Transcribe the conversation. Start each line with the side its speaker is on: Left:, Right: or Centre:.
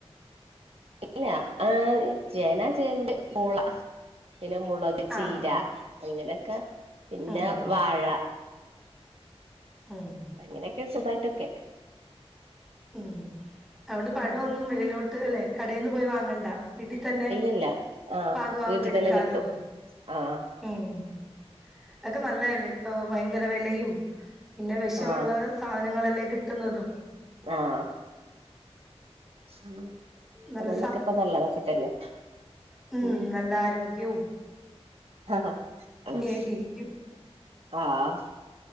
Right: ഇല്ല ആഹ് ചേനാ, ചേമ്പ്, പൂള പിന്നെ മുളക് പിന്നെ ചീര
Centre: ആഹ്
Right: അങ്ങനെക്കെ പിന്നെ
Centre: ഉം
Right: വാഴ
Centre: ആഹ്
Right: അങ്ങനെയൊക്കെ സുഖായിട്ടൊക്കെ
Centre: ഹ്മ്മ് അതോണ്ട് പഴൊന്നും
Right: ഉം.
Centre: വെളിയിലോട്ട് അല്ലെ കടയിന്ന് പോയി വാങ്ങേണ്ട വീട്ടിതന്നെ
Right: ഇല്ലല്ല ആഹ്
Centre: പാകവാകുമ്പോ
Right: വീട്ടിൽ
Centre: എടുക്കാല്ലോ
Right: തന്നെ കിട്ടും ആഹ്
Centre: ഏഹ്, അതൊക്കെ നല്ലേയല്ലേ ഇപ്പൊ ഭയങ്കര വെലയും പിന്നെ വെഷവുള്ളെ
Right: ആഹ്
Centre: സാനങ്ങളല്ലേ കിട്ടുന്നതും
Right: ആഹ് ആഹ്
Centre: നല്ല
Right: അതോണ്ടൊക്കെ ഇപ്പം നല്ലതക്കെ തന്നെ
Centre: ഹ്മ്മ്
Right: ഉം
Centre: നല്ല ആരോഗ്യും
Right: <unintelligible>
Centre: ആയിട്ട് ഇരിക്കും
Right: ആഹ്